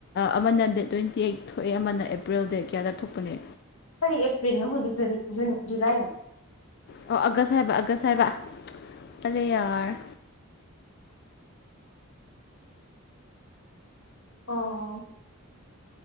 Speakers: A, on the left (about 50°); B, on the left (about 80°).
A: ꯑꯃꯅ ꯗꯦꯠ ꯇ꯭ꯋꯦꯟꯇꯤ ꯑꯩꯠ ꯊꯣꯛꯑꯦ ꯑꯃꯅ ꯑꯦꯄ꯭ꯔꯤꯜ ꯗꯦꯠ ꯀꯌꯥꯗ ꯊꯣꯛꯄꯅꯦ
B: ꯑꯦꯄ꯭ꯔꯔꯤꯜ ꯅ ꯍꯧꯖꯤꯖꯟ ꯨꯂꯥꯏꯅꯦ
A: ꯑꯣ ꯑꯒꯁꯥ ꯍꯥꯏꯕ ꯑꯒꯁꯥ ꯍꯥꯏꯕ ꯑꯗꯨꯗꯤ ꯌꯥꯔꯣꯏ
B: ꯑꯣ